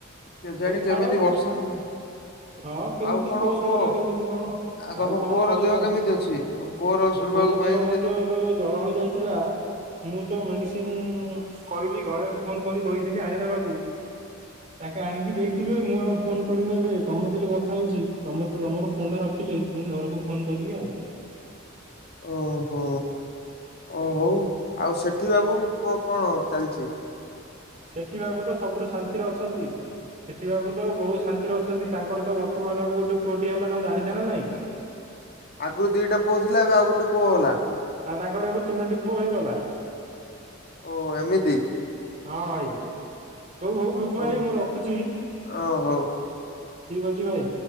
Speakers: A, on the left; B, on the right.
A: କେଜାଣି
B: ହଉ ଛାଡ
A: କେମିତି ବର୍ଷା
B: ହଁ କେମିତି
A: ଆଉ କଣ
B: କୋଉ ସମୟରେ
A: କୁହ
B: କେମିତି କଣ
A: ତମ
B: ଆଉ କଣ
A: ପୁଅର
B: କହିବା।
A: ଦେହ କେମିତି ଅଛି ତମ ଶୁଣିବାକୁ
B: ମୋ ପୁଅର
A: ପାଇଥିଲି
B: ଦେହ ମଧ୍ୟ
A: ତମ
B: ଏବେ ଜର ହେଇଯାଇଥିଲା ମୁଁ ମୁଁ ମେଡ଼ିସିନ୍ କହିଲି ଘରେ ଫୋନ କରି କହିଥିଲି ଆଣିଦେବାକୁ।
A: <inaudible>
B: ତାଙ୍କେ ଆଣିକି ଦେଇଥିବେ ମୁଁ ଆଉ ଫୋନ କରିନି ଏବେ ତମ <unintelligible> କଥା ହଉଛି <unintelligible> ତମର ଫୋନ ଟା ରଖିଲେ ମୁଁ ଘରକୁ ଫୋନ୍ କରିବି ଆଉ।
A: ଓହୋ ଓ ହଉ ଆଉ ସେଠି ବାବୁ କଣ ଚାଲିଚି?
B: ସେଠି ବାବୁ ତ ସବୁଠୁ ଶାନ୍ତିରେ ଅଛନ୍ତି। ସେଠି ବାବୁ ତ ବହୁତ୍ ଶାନ୍ତିରେ ଅଛନ୍ତି ତାଙ୍କର ତ ବର୍ତ୍ତମାନ ବାବୁ ଗୋଟେ ପୁଅଟିଏ ହେଲା ତାମ ଜାଣିଛ ନା ନାଇଁ।
A: ଆଗରୁ ଦିଟା ପୁଅ ଥିଲା ଏବେ ଆଉ ଗୋଟେ ପୁଅ ହେଲା
B: ଆଉ ତାଙ୍କର ଏବେ ତିନୋଟି ପୁଅ ହେଇଗଲା।
A: ଓ ଏମିତି
B: ହଁ ଭାଇ, ହଉ ହଉ ବିଭୁ ଭାଇ
A: ଓ
B: ମୁଁ ରଖୁଛି?
A: ଓ ହଉ
B: ଠିକ୍ ଅଛି ଭାଇ।